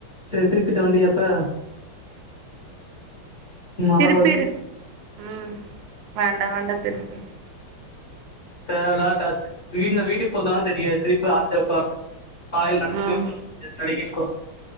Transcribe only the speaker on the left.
செரி திருப்பீட்ட வண்டி எப்ப மழ
வருது
தேவ இல்லாத டாஸ்க் வீடுன வீட்டுக்கு போறதான் தெரியது திருப்பி <inaudible> <inaudible>